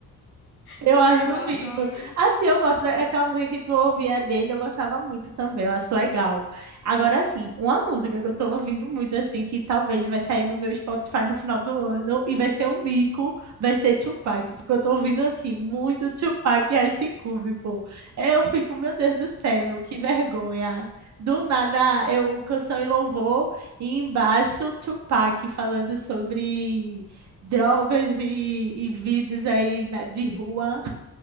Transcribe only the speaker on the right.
Eu acho
amigo.
Assim, eu gosto daquela música que tu ouvia dele, eu gostava muito também, eu acho legal. Agora, assim, uma música que eu tô ouvindo muito, assim, que talvez vai sair no meu Spotify no final do ano e vai ser um bico, vai ser Tupac, porque eu tô ouvindo, assim, muito Tupac e Ice Cube, pô. Eu fico, meu Deus do céu, que vergonha. Do nada, eu, canção e louvor, e embaixo Tupac falando sobre drogas e, e vidas aí na- de rua.